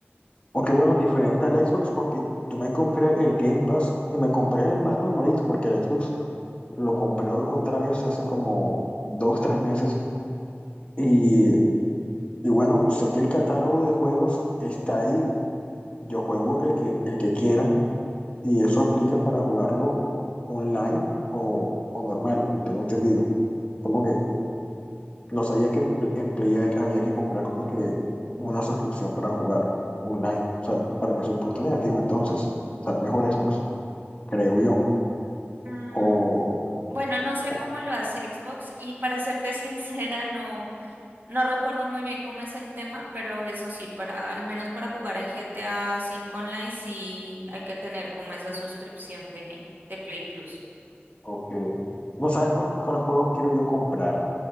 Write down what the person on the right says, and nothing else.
Mm,
bueno, no sé
cómo lo hace Xbox y para serte <laughs> sincera, no. No recuerdo muy bien cómo es el tema, pero eso sí, para al menos para jugar en GTA V Online sí hay que tener como esa suscripción de, de Play Plus.